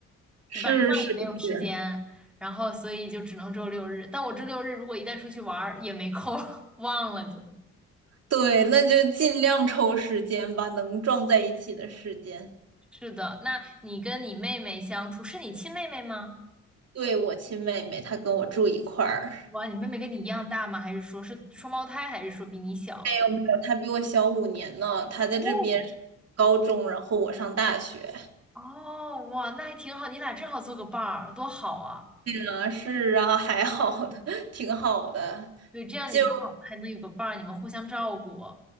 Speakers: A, on the right; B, in the centre.
A: 是是是，
B: 晚上也没有时间，然后所以就只能周六日。但我周六日如果一旦出去玩儿也没空儿 <laughs> 忘了就。
A: 对，那就尽量抽时间吧，能撞在一起的时间。
B: 是的，那你跟你妹妹相处，是你亲妹妹吗？
A: 对，我亲妹妹，她跟我住一块儿。
B: 哇，你妹妹跟你一样大吗？还是说是双胞胎，还是说比你小？
A: 没有没有，她比我小五年呢，她在这边上高中，
B: 哦，
A: 然后我上大学。
B: 哦，哇，那还挺好，你俩正好做个伴儿，多好啊！
A: 啊，是啊，<laughs> 还好的，<laughs> 挺好的。
B: 对，这样你正好还能有个伴儿，
A: 就
B: 你们互相照顾，